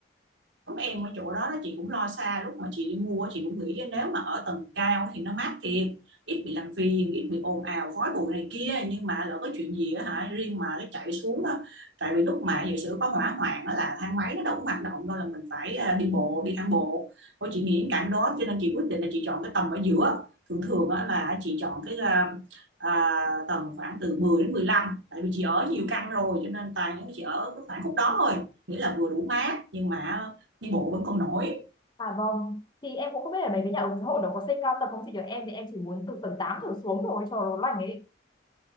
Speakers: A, on the right; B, on the left.
A: em ở chỗ đó đó chị cũng lo xa lúc mà chị đi mua chị cũng nghĩ nếu mà ở tầng cao thì nó mát thiệt ít bị làm phiền ít bị ồn ào khói bụi này kia nhưng mà lỡ có chuyện gì á hả riêng mà cái chạy xuống á tại vì lúc mà giả sử có hỏa hoạn á là thang máy nó đâu có hoạt động đâu là mình phải à, đi bộ đi thang bộ thôi chị nghĩ cảnh đó cho nên chị quyết định là chị chọn cái tầng ở giữa thường thường á là chị chọn cái à, à, tầng khoảng từ 10 đến 15 tại vì chị ở nhiều căn rồi cho nên toàn những chị ở cái khoảng khúc đó thôi nghĩa là vừa đủ mát nhưng mà à, đi bộ vẫn còn nổi
B: À vâng. Thì em cũng không biết ở đấy với nhà ở xã hội nó có xây cao tầng không chị nhỉ? Em thì em chỉ muốn từ tầng 8 trở xuống rồi cho nó lành ấy.